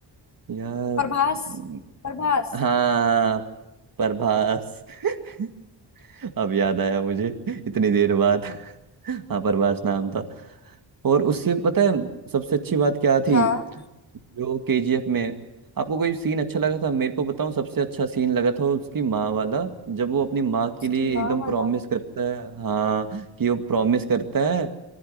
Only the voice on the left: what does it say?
प्रभास
प्रभास
हाँ
उसकी
माँ
वाला